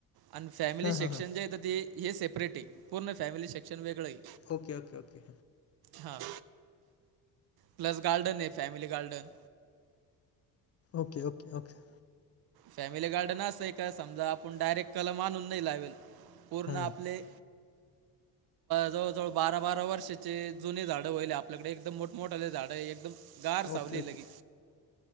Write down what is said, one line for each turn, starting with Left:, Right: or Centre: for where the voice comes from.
Right: आणि फॅमिली
Left: हां
Right: सेक्शन
Left: हां हां
Right: जे येतं ते हे सेपरेट आहे. पूर्ण फॅमिली सेक्शन वेगळं आहे.
Left: Okay okay okay.
Right: हां.. प्लस गार्डन आहे, family garden.
Left: Okay okay okay.
Right: Family garden असं आहे का, समजा आपण डायरेक्ट कलम आणून नाही लावेल. पूर्ण
Left: हां
Right: आपले. जवळजवळ बारा बारा वर्षांची जुनी झाडं व्हालय आपल्याकडे एकदम मोठमोठ्याले झाड एक. एकदम गार सावली
Left: ओके ओके
Right: लगी.